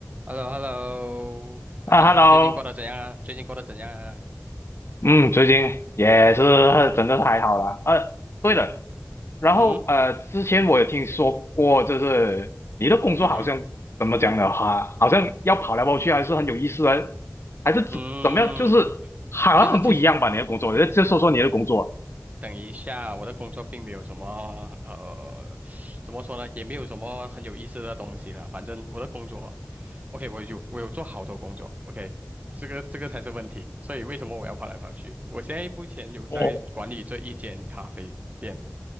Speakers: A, on the right (about 30°); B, on the left (about 55°).
A: h e l l o h e l l o 啊，
B: 啊，Hello，
A: 怎样啊？最近过得怎样啊？最近过得怎样啊？
B: 嗯，最近也是真的太好了。呃，对了，然后呃，
A: 嗯
B: 之前我有听说过，就是你的工作好像怎么讲的话，
A: 嗯哼
B: 好像要跑来跑去，还是很有意思的，还是怎怎么样，
A: 嗯，
B: 就是好像很不一样吧？
A: 其实其实
B: 你的工作，就说说你的工作。
A: 等一下，我的工作并没有什么呃，怎么说呢，也没有什么很有意思的东西了。反正我的工作，OK，我有我有做好多工作，OK，这个这个才是问题。所以为什么我要跑来跑去？我现在目前有在管理这一间咖啡店，
B: 哦